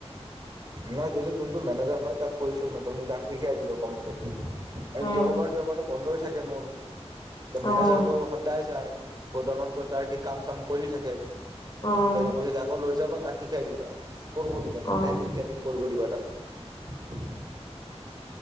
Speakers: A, on the right; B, on the left.
A: নাই দে যোনটো মেনেজাৰ হয় তাক কৈছো মই তুমি তাক শিকাই দিব কম্পিউটাৰ। আৰু
B: উম,
A: দেওবাৰ দেওবাৰতো বন্ধই থাকে মোৰ মেনেজাৰটো
B: অ',
A: সদায় যায়। গ'ডাউনত গৈ তাৰ সি কাম চাম কৰি থাকে
B: অ',
A: তাৰ পিছত আকৌ লৈ যাবা। তাক শিকাই দিবা কৰিব দিবা তাকাই।
B: অ',
A: কৰিবব দিবা তাত।